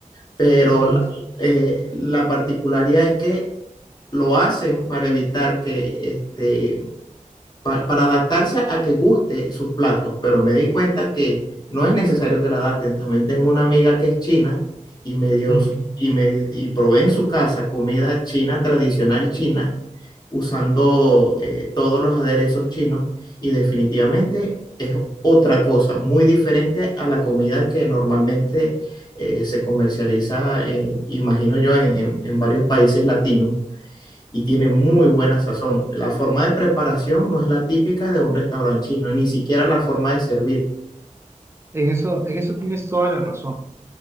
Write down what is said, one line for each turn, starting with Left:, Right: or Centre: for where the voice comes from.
Left: pero
Right: Ujú,
Left: la, eh, la particularidad es que lo hacen para evitar que, este, pa- para adaptarse a que guste sus platos, pero me di cuenta que no es necesario que la adapten. También tengo una amiga que es china y me dio,
Right: ujú.
Left: y me, y probé en su casa comida china tradicional china usando eh, todos los aderezos chinos y definitivamente es otra cosa, muy diferente a la comida que normalmente eh, se comercializa, eh, imagino yo, en, en- en varios países latinos y tiene muy buena sazón. La forma de preparación no es la típica de un restaurante chino, ni siquiera la forma de servir.
Right: En eso, en eso tienes toda la razón.